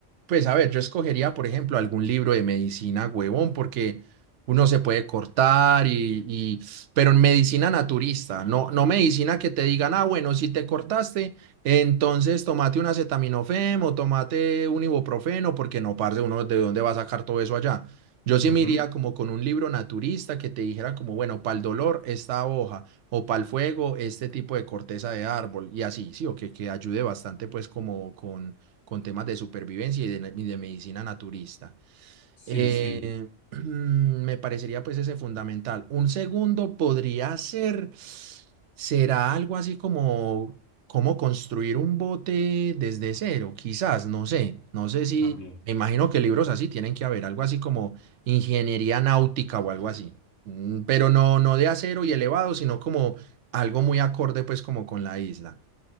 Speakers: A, on the right (about 70°); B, on the left (about 80°).
A: pues a ver, yo escogería, por ejemplo, algún libro de medicina, huevón, porque uno se puede cortar y, y- pero en medicina naturista, no, no medicina que te digan, ah, bueno, si te cortaste, entonces tomate un acetaminofén o tomate un ibuprofeno, porque no, parce, uno de dónde va a sacar todo eso allá. Yo sí
B: Ujú.
A: me iría como con un libro naturista que te dijera como, bueno, para el dolor esta hoja o para el fuego este tipo de corteza de árbol y así, sí, o que, que ayude bastante pues como con, con temas de supervivencia y de, y de medicina naturista.
B: Sí,
A: Eh,
B: sí,
A: <clears throat> mm, me parecería pues ese fundamental. Un segundo podría ser, será algo así como cómo construir un bote desde cero, quizás, no sé, no sé si,
B: también.
A: me imagino que libros así tienen que haber, algo así como ingeniería náutica o algo así, Mm, pero no, no de acero y elevado, sino como algo muy acorde pues como con la isla.